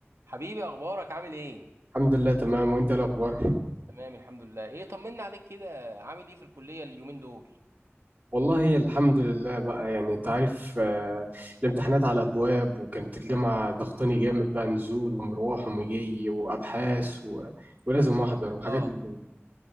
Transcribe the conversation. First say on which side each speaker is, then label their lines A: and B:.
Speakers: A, on the right; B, on the right.
A: حبيبي اخبارك عامل ايه
B: الحمد لله تمام وانت ايه الاخبار
A: تمام الحمد لله ايه طمنا عليك كده عامل ايه في الكليه اليومين دول
B: والله الحمد لله بقى يعني انت عارف آه، الامتحانات على الابواب وكانت الجامعه ضغطاني جامد بقى نزول ومروح ومجي وابحاث و... ولازم احضر وحاجات
A: اه
B: من كده